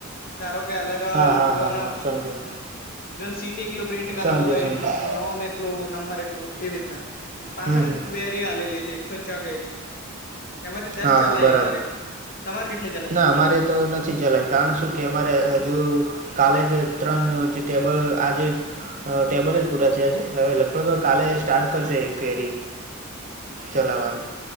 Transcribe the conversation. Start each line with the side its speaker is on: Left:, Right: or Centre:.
Left: તારો કે અલગ
Right: હા હા
Left: જોન.
Right: હા હા સમજ્યો
Left: જોન સીટી એકલું પ્રિન્ટ કરાવવું
Right: સમજ્યો
Left: હોય,
Right: સમજ્યો
Left: નોમ એકલું નંબર એકલું એવી રીતના. પાછળ
Right: હમ હમ
Left: ક્વેરી આલેલી છે. એમાંથી દસ
Right: હા
Left: ચલાય,
Right: હા બરાબર
Left: અમારે તમારે કેટલી? ચલાવી
Right: ના અમારે તો નથી ચલાઈ. કારણ શું કે, અમારે હજુ કોલેજ ત્રણ જે ટેબલ આજે ટેબલ જ પૂરા થયા છે, હવે લગભગ કાલે સ્ટાર્ટ કરશે ક્વેરી ચલાવાનું,